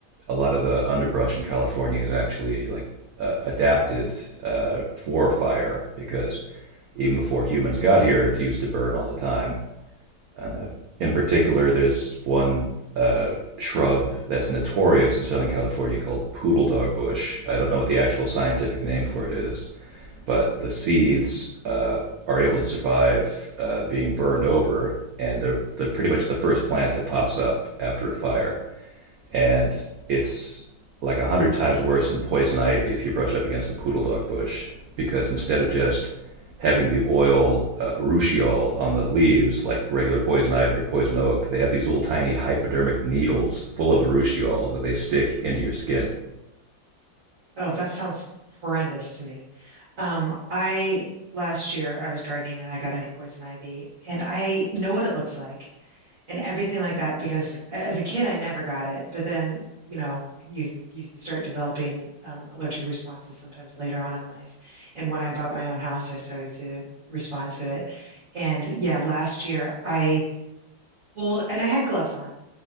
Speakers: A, on the right; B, on the right.
A: a lot of the underbrush in California is actually like uh, adapted uh, for fire because even before humans got here, it used to burn
B: hmm
A: all the time. Uh, in particular, there's one uh, shrub that's notorious in Southern California called poodle dog bush. I don't know what the actual scientific name for it is, but the seeds uh, are able to survive uh, being burned over, and they're they're pretty much the first plant that pops up after a fire, and it's like a hundred times worse than poison ivy if you brush up against a poodle dog bush because instead of just having the oil uh, urushiol on the leaves like regular poison ivy or poison oak they have these little tiny hypodermic needles full of urushiol that they stick into your skin
B: Oh, that sounds horrendous to me. Um, I last year I was gardening and I got into poison ivy and I know what it looks like. and everything like that because as a kid I never got it, but then you know you you start developing um, allergic responses sometimes later on in life. And when I bought my own house, I started to respond to it. And yeah, last year I pulled and I had gloves on